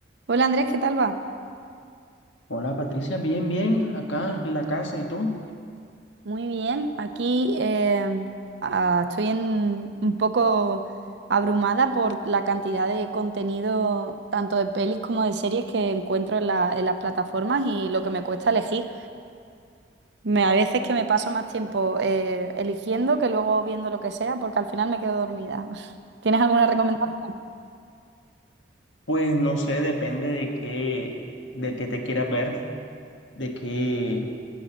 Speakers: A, on the right (about 65°); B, on the left (about 80°).
A: Hola Andrés, ¿qué tal va?
B: Hola Patricia, bien, bien, acá en la casa, ¿y tú?
A: Muy bien, aquí eh, ah, estoy en- un poco abrumada por la cantidad de contenido, tanto de pelis como de series que encuentro en, la- en las plataformas y lo que me cuesta elegir. Me, a veces que me paso más tiempo eh, eligiendo que luego viendo lo que sea porque al final me quedo dormida. <laughs> ¿Tienes alguna recomendación?
B: Pues no sé, depende de qué, de qué te quieras ver, de qué